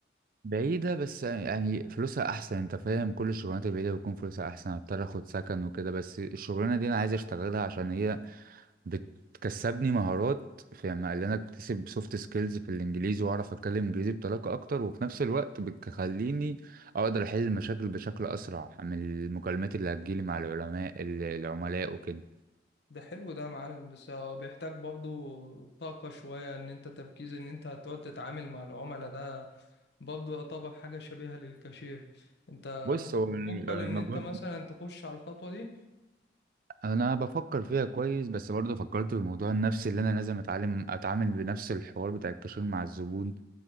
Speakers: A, on the right; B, on the left.
A: بعيدة بس يعني فلوسها احسن انت فاهم كل الشغلانات البعيدة بيكون فلوسها احسن هضطر اخد سكن وكده بس الشغلانة دي انا عايز اشتغلها عشان هي بتكسبني مهارات في ما- اللي انا اكتسب سوفت سكيلز في الانجليزي واعرف اتكلم انجليزي بطلاقه اكتر وفي نفس الوقت بتخليني اقدر احل المشاكل بشكل اسرع من المكالمات اللي هتجيلي مع العلماء ال- العملاء وكده
B: ده حلو ده يا معلم بس هو بيحتاج برضو طاقة شوية ان انت تركيز ان انت هتقعد تتعامل مع العملاء ده برضو يعتبر حاجة شبيهة للكاشير انت
A: بص هو
B: مقبل
A: ال- المجهود
B: ان انت مثلا تخش على الخطوة دي
A: انا بفكر فيها كويس بس برضه فكرت في الموضوع النفسي اللي انا لازم اتعلم اتعامل بنفس الحوار بتاع الكاشير مع الزبون